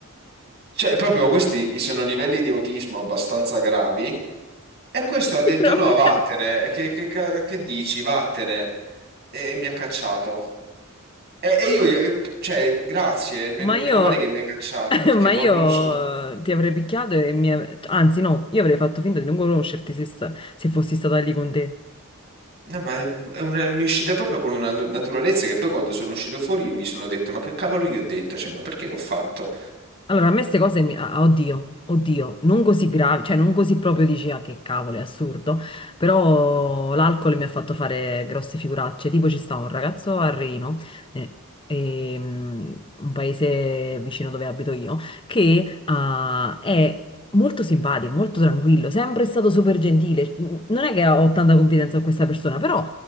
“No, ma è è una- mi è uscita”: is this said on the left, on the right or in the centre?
Right